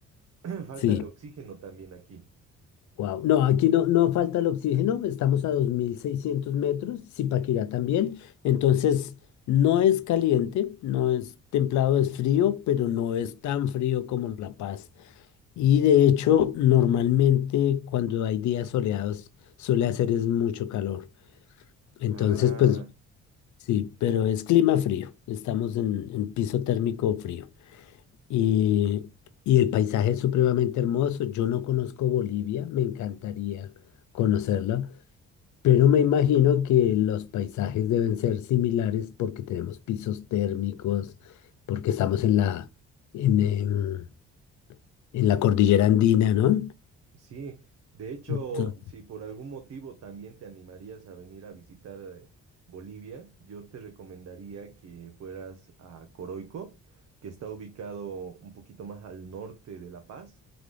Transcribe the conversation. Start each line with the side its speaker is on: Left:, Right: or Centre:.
Right: <clears throat> falta
Left: sí.
Right: el oxígeno también aquí.
Left: Wow. No, aquí no, no falta el oxígeno, estamos a 2.600 metros, Zipaquirá también, entonces no es caliente, no es templado, es frío, pero no es tan frío como La Paz. Y de hecho, normalmente cuando hay días soleados suele hacer es mucho calor. Entonces,
Right: Ah,
Left: pues sí, pero es clima frío, estamos en, en piso térmico frío. Y, y el paisaje es supremamente hermoso. Yo no conozco Bolivia, me encantaría conocerla, pero me imagino que los paisajes deben ser similares porque tenemos pisos térmicos, porque estamos en la, en, em, en la cordillera andina, ¿no?
Right: sí. De hecho,
Left: Entonces,
Right: si por algún motivo también te animarías a venir a visitar eh, Bolivia, yo te recomendaría que fueras a Coroico, que está ubicado un poquito más al norte de La Paz,